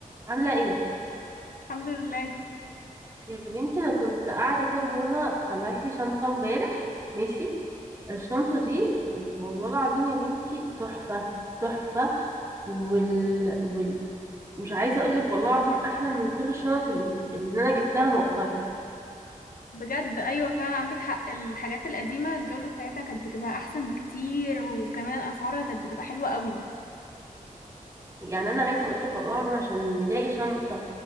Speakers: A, on the right; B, on the left.
A: عاملة ايه
B: الحمد لله
A: يا بنتي انا كنت قاعدة كده وماما طلعت لي شنطة امبارح ماشي الشنطة دي والله العظيم يا بنتي تحفة تحفة وال... وال... مش عايزة اقولك والله العظيم احلى من كل الشنط ال- اللي انا جبتها مؤخرا
B: بجد ايوه فعلا عندك حق الحاجات القديمه الجوده بتاعتها كانت بتبقى احسن بكتير وكمان اسعارها كانت بتبقى حلوه قوي
A: يعني انا عايزة اقولك والله العظيم عشان نلاقي شنطة